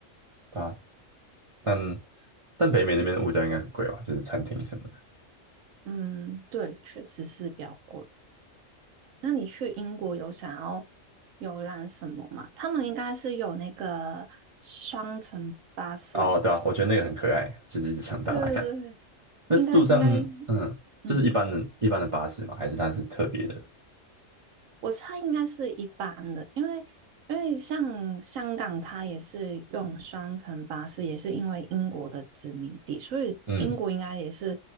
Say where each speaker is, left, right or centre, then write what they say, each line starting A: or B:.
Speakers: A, on the right; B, on the right.
A: 对啊，但但北美那边的物价应该很贵吧，就是餐厅什么的。
B: 嗯，对，确实是比较贵。那你去英国有想要游览什么吗？他们应该是有那个双层巴士，
A: 哦，对啊，我觉得那个很可爱，就是一直想打打看。
B: 对对对，
A: 那是路上，
B: 应该应该，
A: 嗯，
B: 嗯，
A: 就是一般的、一般的巴士嘛，还是它是特别的？
B: 我猜应该是一般的，因为因为像香港，它也是用双层巴士，也是因为英国的殖民地，所以英国应该也是
A: 嗯，